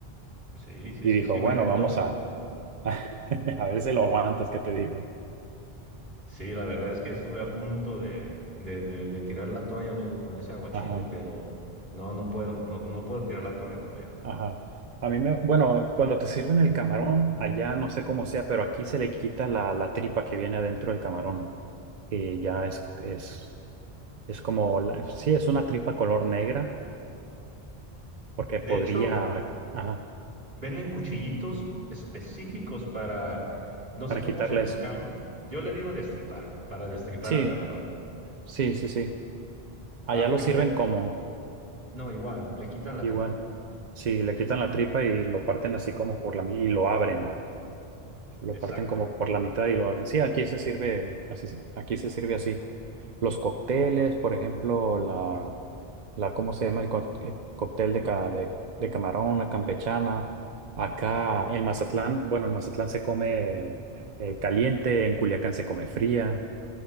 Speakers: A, on the right (about 70°); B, on the right (about 50°).
A: sí, sí,
B: Y
A: sí,
B: dijo,
A: sí, me
B: bueno,
A: retó.
B: vamos a, <laughs> a ver si lo aguantas, ¿qué te digo?
A: Sí, la verdad es que estuve a punto de, de, de, de tirar la toalla, amigo, con ese aguachile,
B: Ajá,
A: pero no, no puedo, no, no puedo tirar la toalla todavía.
B: ajá. A mí me, bueno, cuando te sirven el camarón, allá no sé cómo sea, pero aquí se le quita la, la tripa que viene adentro del camarón, que ya es, es, es como, la- sí, es una tripa color negra, porque
A: De
B: podría,
A: hecho,
B: ajá,
A: Venden cuchillitos específicos para, no sé
B: para
A: cómo
B: quitarle
A: se
B: eso.
A: llama. Yo le digo destripar, para destripar
B: Sí.
A: al camarón.
B: Sí, sí, sí. Allá
A: Ah,
B: lo
A: ay,
B: sirven
A: eh,
B: como
A: no, igual, le quitan la
B: igual.
A: tripa.
B: Sí, le quitan la tripa y lo parten así como por la mi- y lo abren. Lo
A: Exacto.
B: parten como por la mitad y lo abren. Sí, aquí se sirve así. sí, Aquí se sirve así. Los cócteles, por ejemplo, la, la ¿cómo se llama el co- eh, cóctel de, ca- de, de camarón, la campechana? Acá en Mazatlán, bueno, en Mazatlán se come eh, caliente, en Culiacán se come fría.